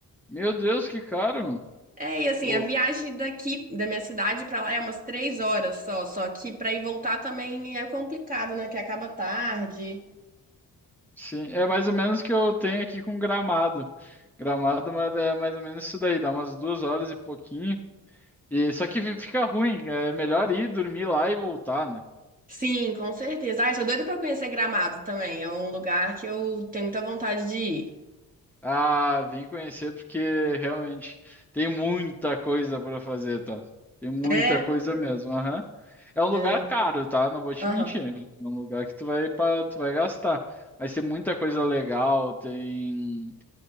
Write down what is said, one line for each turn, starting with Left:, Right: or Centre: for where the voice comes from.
Centre: Meu Deus, que caro!
Right: É, e assim,
Centre: Pô,
Right: a viagem daqui, da minha cidade pra lá é umas três horas só, só que pra ir voltar também é complicado, né? Que acaba tarde.
Centre: sim, é mais ou menos o que eu tenho aqui com Gramado. Gramado, mas é mais ou menos isso daí, dá umas duas horas e pouquinho. E só que fica ruim, é melhor ir dormir lá e voltar, né?
Right: Sim, com certeza. Ai, sou doida pra conhecer Gramado também. É um lugar que eu tenho muita vontade de ir.
Centre: Ah, vem conhecer porque realmente tem muita coisa para fazer, tá? Tem muita
Right: É,
Centre: coisa mesmo, aham. É um lugar
Right: é.
Centre: caro, tá? Não vou te
Right: Aham.
Centre: mentir. É um lugar que tu vai para, tu vai gastar. Mas tem muita coisa legal, tem